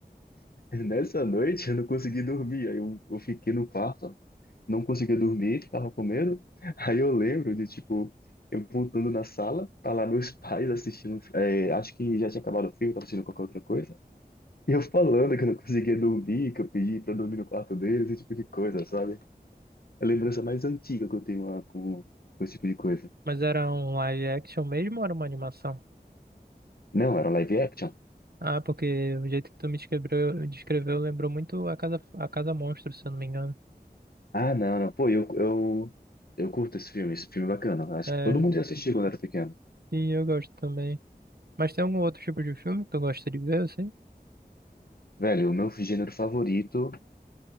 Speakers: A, on the left (about 65°); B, on the right (about 70°).
A: <laughs> Nessa noite eu não consegui dormir, aí eu, eu fiquei no quarto, não conseguia dormir, tava com medo. <laughs> Aí eu lembro de, tipo, eu voltando na sala, tá lá meus <laughs> pais assistindo, é, acho que já tinha acabado o filme, tava assistindo qualquer outra coisa. E eu falando que eu não conseguia dormir, que eu pedi pra dormir no quarto deles, esse tipo de coisa, sabe? É a lembrança mais antiga que eu tenho lá com, com esse tipo de coisa.
B: Mas era um live action mesmo ou era uma animação?
A: Não, era live action?
B: Ah, porque o jeito que tu me descreveu, descreveu lembrou muito a Casa, a Casa Monstro, se eu não me engano.
A: Ah, não, não. Pô, eu, eu, eu curto esse filme, esse filme é bacana. Acho
B: É,
A: que todo mundo já assistiu quando era pequeno.
B: e eu gosto também. Mas tem algum outro tipo de filme que tu gosta de ver, assim?
A: Velho, o meu gênero favorito,